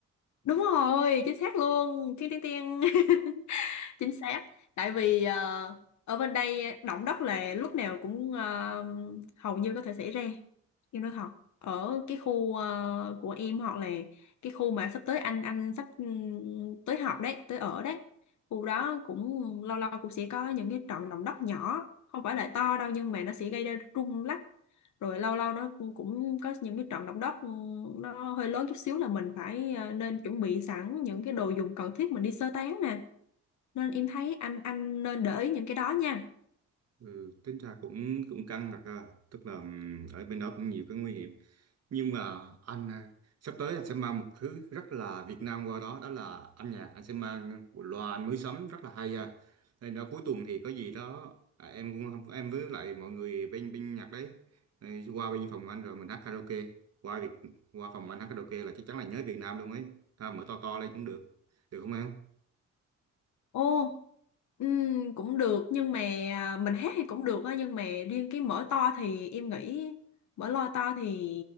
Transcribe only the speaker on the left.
đúng rồi chính xác luôn thiên tiên tiên <laughs> chính xác tại vì ờ, ở bên đây động đất là lúc nào cũng ờ, hầu như có thể xảy ra em nói thật ở cái khu ờ, của em hoặc là cái khu mà sắp tới anh anh sắp ừm, tới học đấy tới ở đấy khu đó cũng lâu lâu cũng sẽ có những cái trận động đất nhỏ không phải là to đâu nhưng mà nó sẽ gây ra rung lắc rồi lâu lâu nó cũng cũng có những cái trận động đất ừm, nó hơi lớn chút xíu là mình phải ờ, nên chuẩn bị sẵn những cái đồ dùng cần thiết mình đi sơ tán nè nên em thấy anh anh nên để ý những cái đó nha
Ô, ừm, cũng được nhưng mà à, mình hát thì cũng được á nhưng mà riêng cái mở to thì em nghĩ mở loa to thì